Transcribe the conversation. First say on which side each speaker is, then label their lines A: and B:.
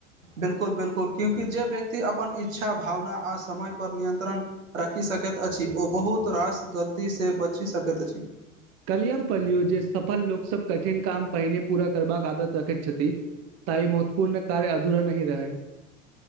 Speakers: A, on the right; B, on the right.
A: बिलकुल बिलकुल क्यूकि जे व्यक्ति अपन इच्छा, भावना आ समयपर नियन्त्रण राखि सकैत अछि ओ बहुत रास गलती से बचि सकैत अछि।
B: कल्ही यम पल्लियो जे सफल लोक सब कठिन काम पहिने पूरा करबाक आदत रखैत छथि। ताई महत्वपूर्ण कार्य अधूरा नहि रहै।